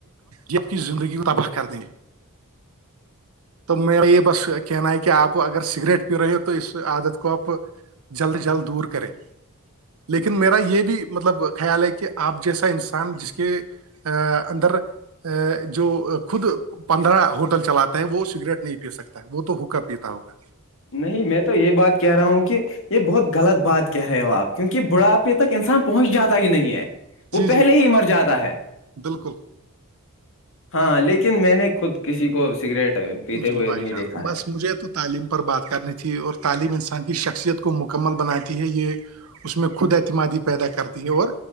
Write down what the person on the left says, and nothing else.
نہیں میں تو یہ بات کہہ رہا ہوں کہ یہ بہت غلط بات کہہ رہے ہو آپ کیونکہ بڑا تک انسان پہنچ جاتا ہی نہیں ہے وہ
پہلے
ہی مر جاتا ہے
ہاں لیکن میں نے خود کسی کو سگریٹ پیتے
ہوئے
نہیں
دیکھا
ہے